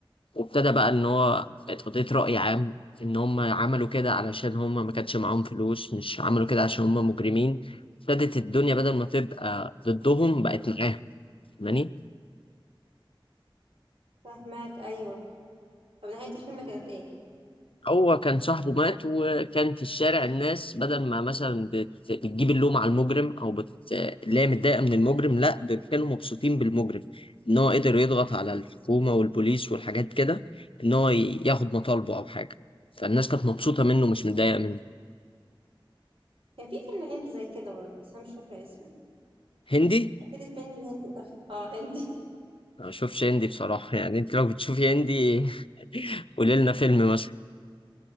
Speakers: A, on the left (about 75°); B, on the right (about 75°).
A: وابتدى بقى ان هو اتقضيت رأي عام ان هم عملوا كده علشان هم ما كانش معاهم فلوس مش عملوا كده عشان هم مجرمين ابتدت الدنيا بدل ما تبقى ضدهم بقت معاهم فاهماني
B: فاهماك ايوه طب نهايه الفيلم كانت ايه
A: هو كان صاحبه مات وكان في الشارع الناس بدل ما مثلا بت- بتجيب اللوم على المجرم او بت... اللي هي متضايقه من المجرم لا دول كانوا مبسوطين بالمجرم ان هو قدر يضغط على الحكومه والبوليس والحاجات كده ان هو ي- ياخد مطالبه او حاجه فالناس كانت مبسوطه منه مش متضايقه منه
B: كان في فيلم هندي زي كده برضه بس انا مش فاكره اسمه
A: هندي
B: كان في فيلم هندي أخ... اه هندي
A: ما بشوفش هندي بصراحة يعني انت لو بتشوفي هندي <laughs> قولي لنا فيلم مثلا